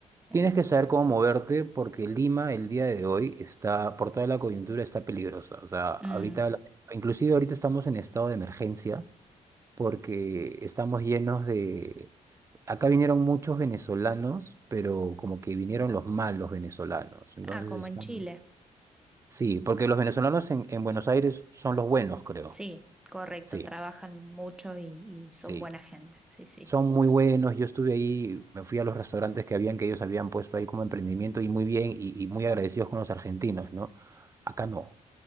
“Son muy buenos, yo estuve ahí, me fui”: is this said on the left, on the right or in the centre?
Right